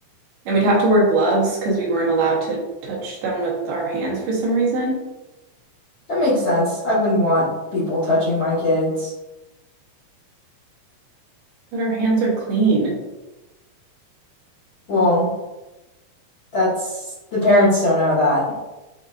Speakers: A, on the right; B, on the left.
A: and we'd have to wear gloves because we weren't allowed to touch them with our hands for some reason.
B: That makes sense. I wouldn't want people touching my kids.
A: But our hands are clean.
B: Well, that's the parents don't know that,